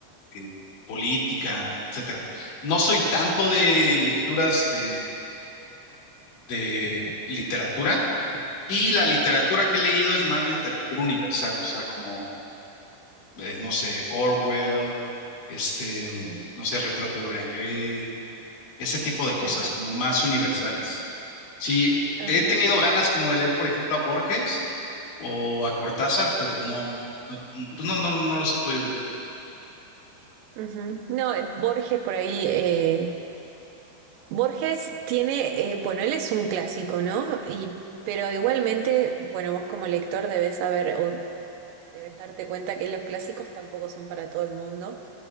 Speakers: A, on the left; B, on the right.
A: eh, política, etcétera. No soy tanto
B: Ujú,
A: de lecturas de, de literatura. Y la
B: ujú,
A: literatura que he leído es más literatura universal, o sea, como eh, no sé, Orwell, este,
B: ujú.
A: no sé, el retrato de Dorian Gray, ese tipo de cosas
B: Ajá,
A: como más universales. Sí,
B: ajá.
A: he tenido ganas como de leer, por ejemplo, a Borges o a Cortázar, pero no, pues no, no, no los he podido leer.
B: ujú. No, eh, Borges por ahí, eh, Borges tiene, eh, bueno, él es un clásico, ¿no? Y, pero igualmente, bueno, vos como lector debes saber o, o debes darte cuenta que los clásicos tampoco son para todo el mundo,